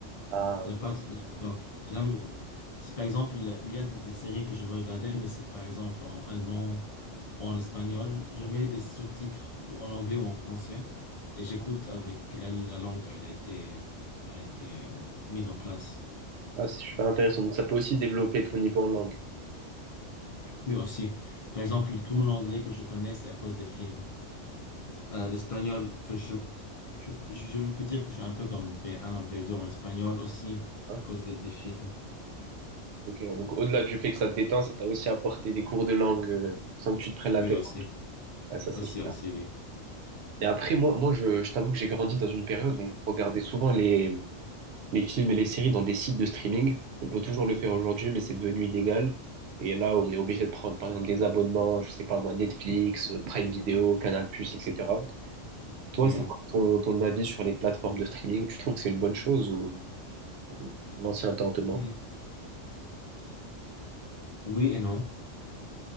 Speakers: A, on the right; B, on the left.
A: Ah,
B: J'aime pas, tr- non, j'aime, c'est par exemple, il y a des, des séries que je veux regarder, mais c'est par exemple en allemand ou en espagnol, je mets des sous-titres ou en anglais ou en français, et j'écoute avec la, la langue, elle a été, elle a été mise en place.
A: ah, c'est super intéressant. Donc ça peut aussi développer ton niveau en langue.
B: Oui, aussi, par exemple, tout mon anglais que je connais, c'est à cause des films. Euh, l'espagnol, que je, je, je je peux dire que je suis un peu comme B1, B2 en espagnol aussi,
A: hein.
B: à cause des, des films.
A: Ok, ouais, Donc au-delà du fait que ça te détend, ça t'a aussi apporté des cours de langue euh, sans que tu te prennes la
B: Oui,
A: tête.
B: aussi.
A: Ah, ça c'est
B: Aussi,
A: super.
B: aussi, oui.
A: Et après, moi, moi je, je t'avoue que j'ai grandi dans une période où on regardait souvent les les films et les séries dans des sites de streaming. On peut toujours le faire aujourd'hui, mais c'est devenu illégal. Et là, on est obligé de prendre, par exemple, des abonnements, je sais pas moi, Netflix, euh, Prime Video, Canal+, etc.
B: Oui,
A: Toi, c'est quoi
B: oui.
A: ton, ton avis sur les plateformes de streaming? Tu trouves que c'est une bonne chose ou ou l'ancien temps te manque?
B: Mm. Oui et non.